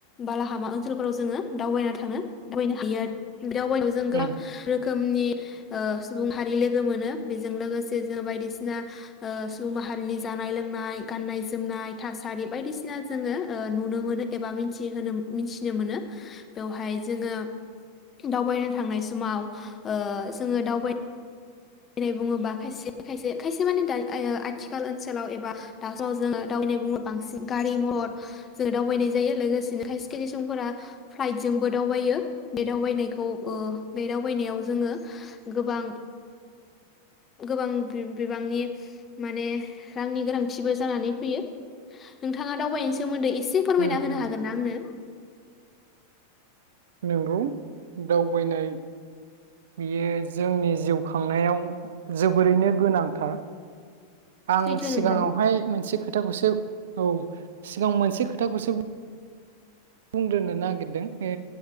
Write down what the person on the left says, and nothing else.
बाला हामा ओनसोलफोराव जोङो दावबायना थांनो दावबायनो हायो आरो बे दावबायनायाव जों गोबां
रोखोम रोखोमनि ओ सुबुं हारि लोगो मोनो बेजों लोगोसे जोङो बायदिसिना ओ सुबुं माहारिनि जानाय लोंनाय गाननाय जोमनाय थासारि बायदिसिना जोङो नुनो मोनो एबा मोनथिहोनो मिथिनो मोनो बेवहाय जोङो दावबायनो थांनाय समाव ओ जोङो दावबाय दावनाय बुङोबा खायसे खायसे खायसे माने द आथिखाल ओनसोलाव एबा दा समाव जोङो दावबायनाय बुङोबो बांसिन गारि मथर जो दावबायनाय जायो लोगोसेनो खायसे खायसे सुबुंफोरा फ्लाइटजोंबो दावबायो बे दावबायनायखौ ओ बे दावबायनायाव जोङो गोबां गोबां बिबांनि माने रांनि गोनांथिबो जानानै फैयो नोंथाङा दावबायनायनि सोमोन्दै इसे एसे फोरमायना
होनो
हागोनना आंनो
सैथो
नोंथां